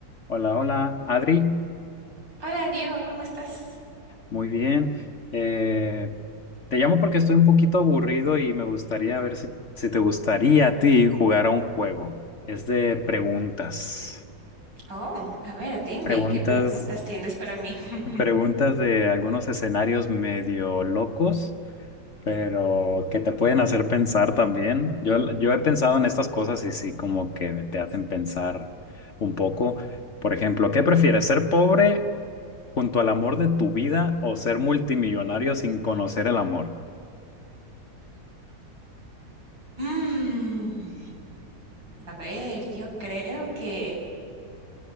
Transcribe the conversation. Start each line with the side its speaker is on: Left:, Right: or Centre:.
Left: Hola, hola, Adri.
Right: Hola Diego, ¿cómo estás?
Left: Muy bien. Eh, te llamo porque estoy un poquito aburrido y me gustaría ver si, si te gustaría a ti jugar a un juego. Es de preguntas.
Right: Oh, a ver, dime,
Left: Preguntas,
Right: ¿qué preguntas tienes para mí? <laughs>
Left: preguntas de algunos escenarios medio locos, pero que te pueden hacer pensar también. Yo, yo he pensado en estas cosas y sí, como que te hacen pensar un poco. Por ejemplo, ¿qué prefieres, ser pobre? junto al amor de tu vida o ser multimillonario sin conocer el amor?
Right: Mm, a ver, yo creo que,